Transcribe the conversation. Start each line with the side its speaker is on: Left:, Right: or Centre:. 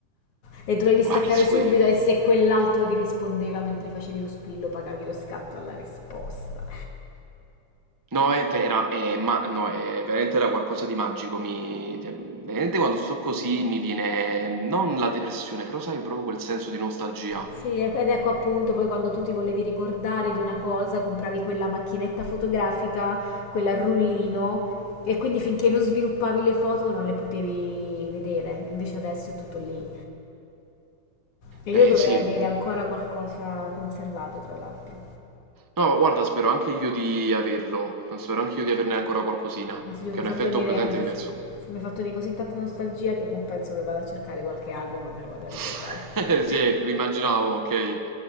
Left: E dovevi staccare
Right: Wow, it's
Left: subito
Right: weird.
Left: e se quell'altro ti rispondeva mentre facevi lo squillo, pagavi lo scatto alla risposta.
Right: No, veramente era, è ma- no, è- veramente era qualcosa di magico. Mi, cioè, veramente quando sto così mi viene non la depressione, però sai, proprio quel senso di nostalgia.
Left: Sì, e- ed ecco appunto poi quando tu ti volevi ricordare di una cosa, compravi quella macchinetta fotografica, quella a rullino, e quindi finché non sviluppavi le foto non le potevi vedere. Invece adesso è tutto lì. E io
Right: Eh
Left: dovrei
Right: sì,
Left: avere
Right: mm.
Left: ancora qualcosa conservato, tra l'altro.
Right: no, guarda, spero anche io di averlo. Spero anche io di averne ancora qualcosina,
Left: Adesso io mi
Right: che
Left: hai
Right: è
Left: fatto
Right: un effetto
Left: venire,
Right: completamente diverso.
Left: sì, mi hai fatto di così tanta nostalgia che mo penso che vado a cercare qualche album e me lo vado a
Right: <laughs>
Left: ricordare.
Right: Sì, immaginavo, ok.